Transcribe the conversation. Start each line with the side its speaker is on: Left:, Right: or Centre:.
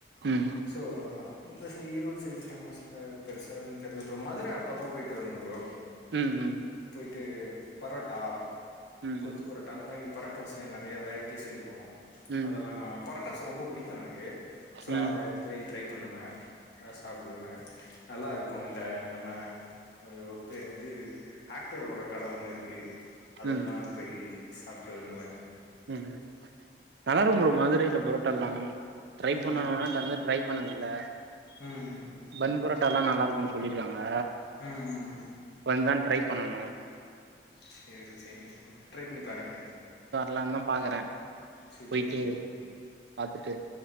Right: ம்
Left: ஸோ அந்த த ஈரோடு சைடு ஃபேமஸ்ல பெருசா எதுவு‌ தெர்ல ப்ரோ ம துர அப்பப்ப போயிட்டு வரும் ப்ரோ
Right: ம் ம்
Left: ட்டு பரோட்டா
Right: ம்
Left: கொத்து பொரட்டா அந்த மாரி பரோட்டாஸ்லே நறைய வெரைட்டிஸ் இருக்கு
Right: ம்
Left: அதெல்லா பர ட்டாஸ் ரொம்ப புடிக்கு எனக்கு சோ
Right: ம்
Left: அத பொய் ட்ரை பண்ணுவே <unintelligible> சாப்டுவே நல்லாருக்கு இந்த நம்ம ஒ த இது ஆக்டரோட கட ஒன்னு இருக்கு அதெல்லா
Right: ம்
Left: பய் சாப்ட்டு வண்ணுவே
Right: ம் நல்லாருக்கும் ப்ரோ மதுரைல பரோ ட்டல்லா ட்ரை
Left: ம்
Right: பண்ணணுனா தந்து ட்ரை பண்ணதில்ல
Left: ம்
Right: பன் பரோட்டால்லா நல்லாருக் குன் சொல்லிருக்காங் க
Left: ம்
Right: இப்ப வந்தா ட்ரை பண்ணணு
Left: சேரி சேரிங்க ப்ரோ ட்ரை பண்ணி பாருங்க
Right: ல்லாந்தா பாக்குறே
Left: சூப்பர்
Right: போயிட்டு
Left: ப்ரோ
Right: பாத்துட்டு